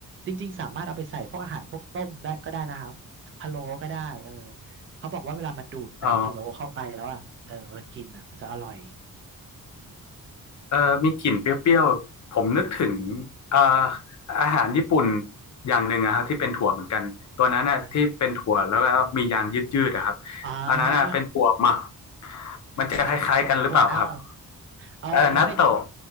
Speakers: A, on the right; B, on the left.
A: จริงๆสามารถเอาไปใส่พวกอาหารพวกต้มได้ก็ได้นะครับพะโล้ก็ได้เออเขาบอกว่าเวลามันดูดน้ำพะโล้เข้าไปแล้วอ่ะเออเวลากินอ่ะมันจะอร่อย
B: อ๋อ
A: อืม
B: เออมีกลิ่นเปรี้ยวๆ ผมนึกถึงเอ่ออาหารญี่ปุ่นอย่างหนึ่งนะครับที่เป็นถั่วเหมือนกันตัวนั้นน่ะที่เป็นถั่วแล้วก็มียางยืดๆนะครับ
A: อะไรอ่า
B: อันนั้นน่ะเป็นถั่วหมัก
A: <laughs>
B: มันจะคล้ายๆกันหรือเปล่าครับ
A: นักตถั่วเน่าเออไม่
B: เออนัตโตะ